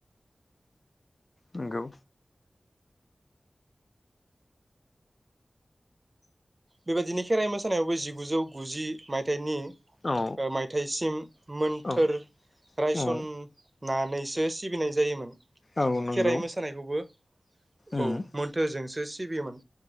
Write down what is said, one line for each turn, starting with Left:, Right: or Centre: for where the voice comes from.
Left: नंगौ।
Right: बेबायदिनो खेराइ मोसानायावबो जिगुजौ गुजि। मायथाइनि
Left: औ
Right: ओ मायथाइसिम मोन्थोर
Left: औ
Right: रायसन।
Left: औ
Right: नानैसो सिबिनाय जायोमोन
Left: औ नंगौ
Right: खेराइ मोसानायखौबो औ
Left: उम
Right: मोनथोजों थ सिबियोममोन